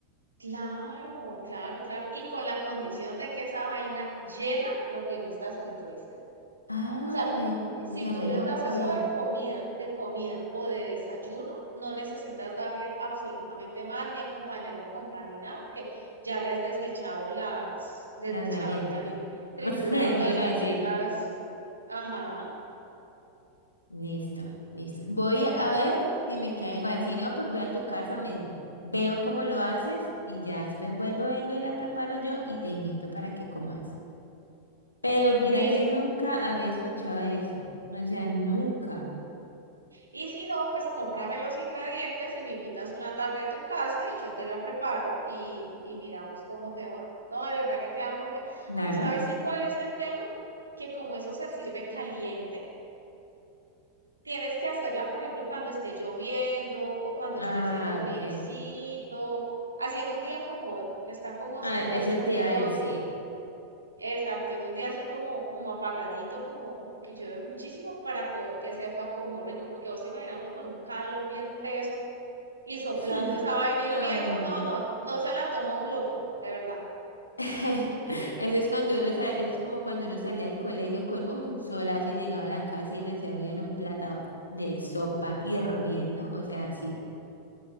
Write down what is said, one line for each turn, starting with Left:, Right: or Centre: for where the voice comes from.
Right: claro, claro, claro, y con la condición de que esa vaina llena lo que no está escrito, ¿viste?
Left: Ah,
Right: O sea,
Left: vea, pues,
Right: si
Left: o sea
Right: tú
Left: mejor
Right: les das
Left: todavía.
Right: eso de comida, de comida o de desayuno, no necesitas darle absolutamente más ni acompañarlo con pan ni nada, porque ya le has desmechado las, desmechado,
Left: Las galletas.
Right: dime a mí, triturado
Left: <laughs> Yo iba
Right: las galletas,
Left: a decir.
Right: ajá,
Left: Listo, listo. Voy a ver si me queda igual. Si no, pues voy a tu casa, me veo cómo lo haces y ya después vuelvo, vengo y la preparo yo y te invito para que comas. Pero mira
Right: listo.
Left: que nunca había escuchado eso. O sea, nunca.
Right: Y si no, pues cómprame los ingredientes y me invitas una tarde a tu casa y yo te la preparo y, y miramos cómo te va. No, de verdad que queda muy rica.
Left: Claro.
Right: Aunque sabes sí cuál es el tema, que como eso se sirve caliente, tienes que hacerla, por ejemplo, cuando esté lloviendo o cuando
Left: Ah,
Right: esté haciendo friecito,
Left: ok.
Right: haciendo un día como hoy, que está como
Left: Ah,
Right: súper
Left: eso
Right: lluvioso.
Left: te iba a decir.
Right: Exacto, en un día así como, como apagadito, como, como que llueve muchísimo para poder que sepa como rico, porque vos te imaginas uno con un calor bien teso y soplando
Left: <laughs>
Right: esa vaina hirviendo,
Left: No, no, no,
Right: no,
Left: no.
Right: no, no se la toma un loco, de verdad.
Left: <laughs> Eso es cuando uno sa- eso es como cuando uno salía al colegio con un solazo y llegaba a la casa y le servían un plato de sopa hirviendo. O sea, sí.